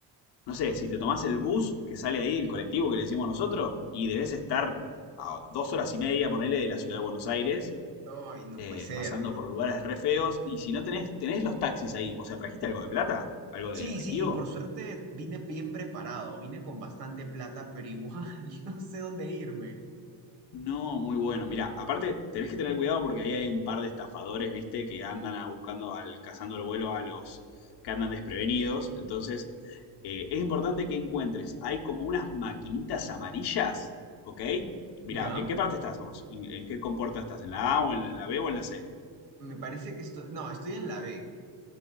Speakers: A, on the left; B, on the right.
A: no sé, si te tomás el bus que sale ahí, el colectivo que le decimos nosotros, y debes estar a dos horas y media, ponele, de la ciudad de Buenos Aires,
B: Ay, no
A: eh,
B: puede ser.
A: pasando por lugares re feos, y si no tenés, tenés los taxis ahí, o sea, ¿trajiste algo de plata? ¿Algo de
B: Sí,
A: efectivo?
B: sí, por suerte vine bien preparado, vine con bastante plata, pero igual <laughs> no sé dónde irme.
A: No, muy bueno. Mira, aparte tenés que tener cuidado porque ahí hay un par de estafadores, viste, que andan a- buscando al, cazando el vuelo a los que andan desprevenidos. Entonces, eh, es importante que encuentres. Hay como unas maquinitas amarillas, ¿ok? Mira,
B: Ya,
A: ¿en qué parte estás vos? ¿En, en qué compuerta estás? ¿En la A o en, la B o en la C?
B: me parece que estoy, no, estoy en la B.